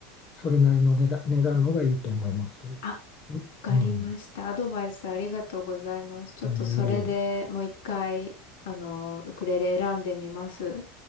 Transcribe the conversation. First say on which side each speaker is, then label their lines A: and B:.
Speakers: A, on the left; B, on the left.
A: それなりの値段、値段のがいいと思います。う
B: あ、わかりました。
A: うん、
B: アドバイスありがとうございます。ちょっとそれでもう一回、
A: いいえ。
B: あの、ウクレレ選んでみます。